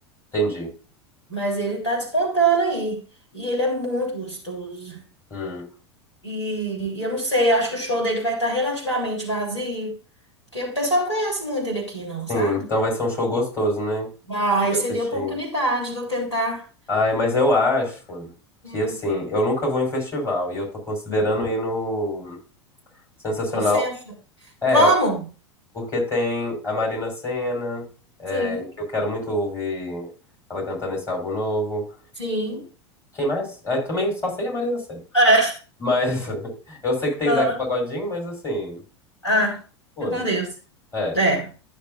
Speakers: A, on the left; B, on the left.
A: Entendi.
B: Mas ele tá despontando aí. E ele é muito gostoso.
A: Hum.
B: E, e eu não sei, acho que o show dele vai estar relativamente vazio, porque o pessoal não conhece muito ele aqui, não, sabe?
A: Sim, então vai ser um show gostoso, né?
B: Vai,
A: De
B: seria
A: assistir.
B: a oportunidade de eu tentar.
A: Ai, mas eu acho
B: Hum,
A: que assim, eu nunca vou em festival e eu tô considerando
B: hum.
A: ir no Sensacional.
B: licença.
A: É,
B: Vamos?
A: porque tem a Marina Sena, é,
B: Sim.
A: que eu quero muito ouvir ela cantando esse álbum novo.
B: Sim.
A: Quem mais? Ah, Eu também só sei a Marina Sena.
B: É.
A: Mas <laughs> eu sei que tem
B: Ah,
A: Zeca Pagodinho, mas assim,
B: ah,
A: foda-se.
B: fica com Deus.
A: É.
B: É,